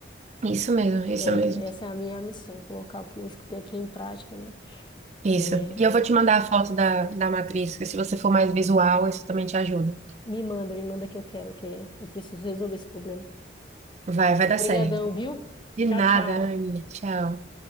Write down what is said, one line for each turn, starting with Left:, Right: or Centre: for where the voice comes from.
Right: Isso mesmo, isso
Left: É,
Right: mesmo.
Left: essa é a minha missão, colocar o que eu escutei aqui em prática, né?
Right: Isso.
Left: É,
Right: E eu vou te mandar a foto da, da matriz, que se você for mais visual, isso também te ajuda.
Left: Me manda, me manda que eu quero, que eu preciso resolver esse problema.
Right: Vai, vai
Left: Obrigadão,
Right: dar certo.
Left: viu?
Right: De
Left: Tchau,
Right: nada,
Left: tchau.
Right: Anne. Tchau.